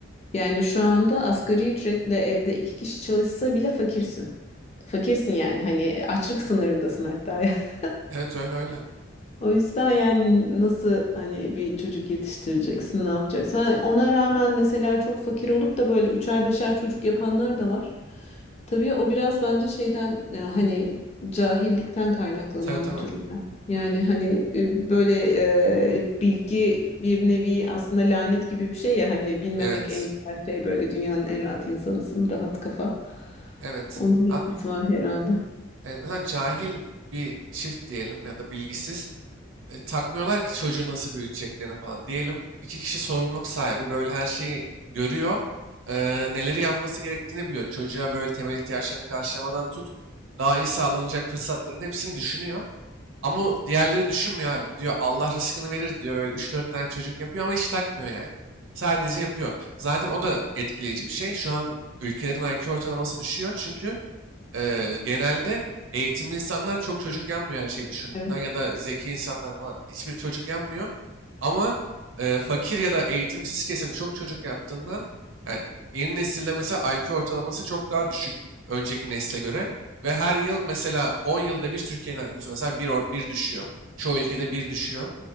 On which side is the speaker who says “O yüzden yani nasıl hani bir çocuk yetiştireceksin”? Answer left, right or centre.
Left